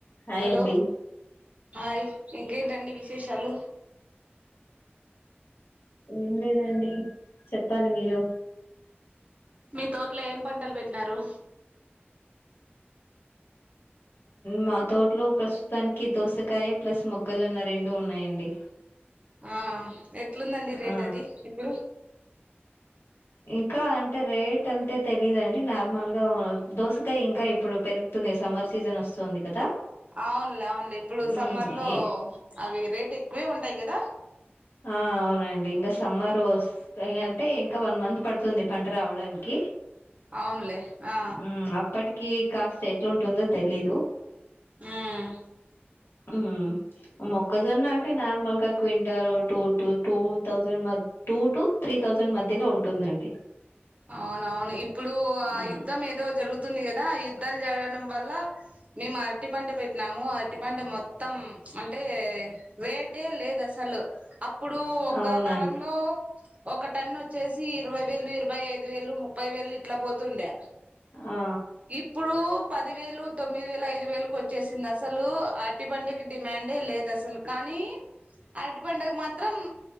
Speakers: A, on the left; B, on the right.
A: Hi
B: hello
A: అండి
B: hi ఇంకేంటండి విశేషాలు
A: ఏం లేదండి చెప్పాలి మీరు
B: మీ తోట్లో ఏం పంటలు బెట్టినారు
A: మా తోటలో ప్రస్తుతానికి దోసకాయ ప్లస్ మొక్కజొన్న రెండు ఉన్నాయండి
B: ఆ ఎట్లుందండి రేట్
A: ఆ
B: అది ఇప్పుడు
A: ఇంకా అంటే రేట్ అంటే తెలిదండి నార్మల్ గా దోసకాయ ఇంకా ఇప్పుడు పెరుగుతు తుంది సమ్మర్ సీజన్ వస్తుంది కదా
B: అవునులే అవునులే ఇప్పుడు సమ్మర్
A: ఉమ్
B: లో
A: ఏ
B: అవి రేట్ ఎక్కువే ఉంటాయి గదా
A: ఆ అవునండి ఇంకా సమ్మర్ వస్తే అంటే ఇంకా వన్ మంత్ పడుతుంది పంట రావడానికి
B: అవునులే ఆ
A: ఉమ్ అప్పటికి కాస్ట్ ఎట్లుంటుందో తెలీదు
B: ఉమ్
A: ఉమ్ మొక్కజొన్న అంటే నార్మల్ గా quintal two to two thousand two to three thousand మధ్యలో ఉంటుందండి
B: అవునవును ఇప్పుడు ఆ
A: హ్మ్
B: యుద్ధం ఏదో జరుగుతుంది గదా యు ద్దాలు జరగడం వల్ల మేము అరటి పంట పెట్టినాము అరటి పంట మొత్తం అంటే వేటే లేదు అసలు అ అప్పుడు ఒకా
A: అవునండి
B: కాలంలో ఒక టన్ వచ్చేసి ఇరవై వేలు ఇరవై ముప్పై ఐదు వేలు ముప్పై వేలు ఇట్లా పోతుండే
A: ఆ
B: ఇప్పుడు పది వేలు తొమ్మిది వేలు ఐదు వేలుకి వచ్చేసింది అసలు అరటి పండకి డిమాండే లేదు అసలు కానీ కానీ అరటి పంటకు మాత్రం